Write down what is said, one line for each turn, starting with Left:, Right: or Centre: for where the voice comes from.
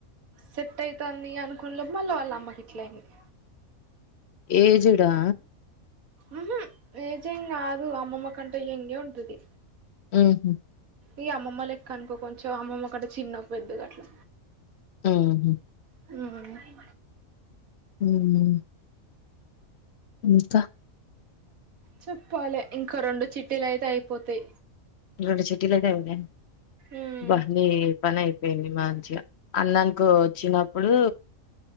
Right: సెట్టైతంది అనుకున్న మళ్ళీ వాళ్ళ అమ్మకి ఇట్లైంది
Left: ఏజుడా
Right: ఉహు ఏజం కాదు అమ్మమ్మ కంట ఎంగే ఉంటది
Left: ఉహు
Right: ఇగ అమ్మమ్మ లెక్కనుకో కొంచెం అమ్మమ్మ కట్టె చిన్న పెద్ద అట్లా
Left: ఊహు
Right: ఉహ్
Left: ఉహ్ ఇంకా
Right: చెప్పాలి ఇంకో రెండు చిటీలైతే అయిపోతాయి
Left: రెండు చిటిలైతేన్నా ఆబ్బ
Right: ఉమ్
Left: నీ పనైపోయింది మంచిగా అన్నానికు ఒచ్చినప్పుడు